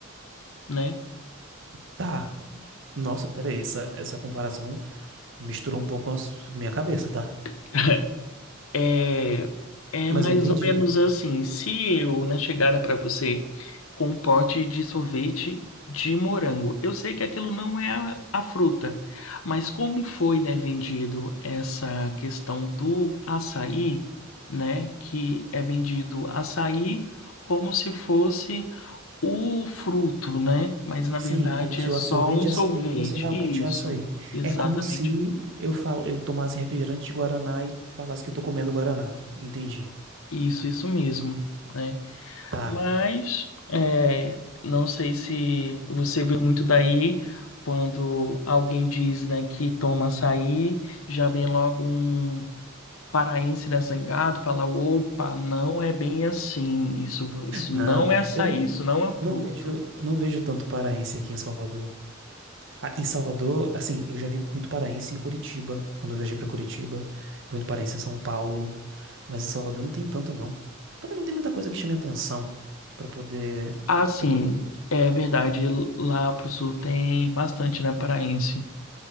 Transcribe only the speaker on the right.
Tá. Nossa, peraí, essa, essa comparação misturou um pouco a s- minha cabeça, tá?
Mas
eu entendi.
Sim,
como se
o
sorvete
de
açaí fosse realmente
um açaí.
É como se eu falo, eu tomasse refrigerante de Guaraná e falasse que eu tô comendo Guaraná. Entendi.
Tá.
Não,
eu não,
não vejo, não vejo tanto paraense aqui em Salvador. Ah, em Salvador, assim, eu já vi muito paraense em Curitiba, quando eu viajei pra Curitiba, muito paraense em São Paulo, mas em Salvador não tem tanto não. Também não tem muita coisa que chame atenção pra poder,
para poder.